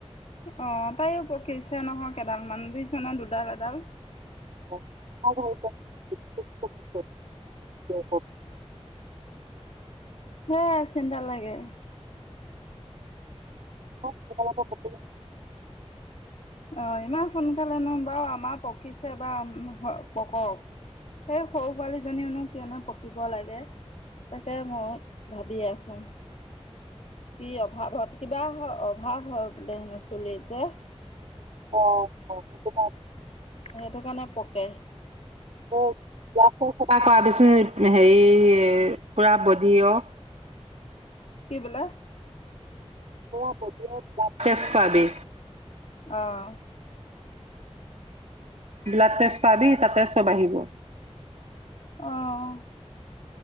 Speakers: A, on the left; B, on the right.
A: অ তাইও পকিছে নহয় কেইডাল মান। তুইছনে দুডাল এডাল।
B: <unintelligible> <unintelligible>
A: হে চেণ্ডা লাগে।
B: <unintelligible>
A: অ ইমান সোনকালেনো বাৰু আমাৰ পকিছে বা পকক। সেই সৰু পোৱালীজনীনো কিয়নো পকিব লাগে? তাকে মই ভাবি আছো। কি অভাৱত কিবা অভাৱ হয় বোলে হেনো চুলিত যে।
B: অ সুবিধা
A: সেইটো কাৰণে পকে।
B: <unintelligible> হেৰী পোৱা গজিব।
A: কি বোলি?
B: <unintelligible> ব্লাড টেষ্ট কৰাবি।
A: অহ
B: ব্লাড টেষ্ট কৰবী তাতে চব আহিব।
A: অঁ